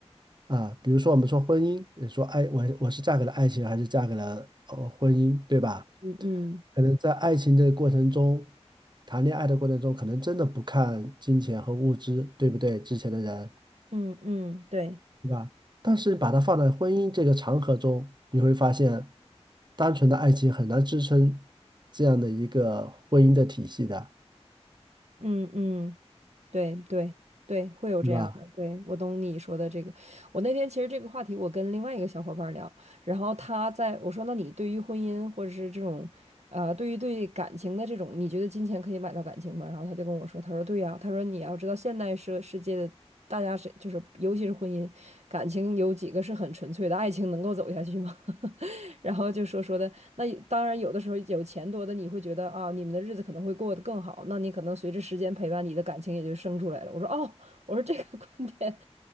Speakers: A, on the right; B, on the right.
A: 啊。比如说，我们说婚姻，你说爱，我我是嫁给了爱情，还是嫁给了呃婚姻，对吧？
B: 嗯嗯
A: 可能在爱情的过程中，谈恋爱的过程中，可能真的不看金钱和物质，对不对？之前的人，
B: 嗯嗯，对，
A: 对吧？但是把它放在婚姻这个长河中，你会发现，单纯的爱情很难支撑这样的一个婚姻的体系的，
B: 嗯嗯对对对，会有这样的。
A: 对吧？
B: 对，我懂你说的这个。我那天其实这个话题，我跟另外一个小伙伴聊，然后他在我说，那你对于婚姻或者是这种，呃，对于对感情的这种，你觉得金钱可以买到感情吗？然后他就跟我说，他说对呀，他说你要知道现代社世界的大家是就是尤其是婚姻感情有几个是很纯粹的，爱情能够走下去吗？<laughs> 然后就说说的，那也当然有的时候有钱多的你会觉得啊，你们的日子可能会过得更好，那你可能随着时间陪伴，你的感情也就生出来了。我说哦，我说这个观点，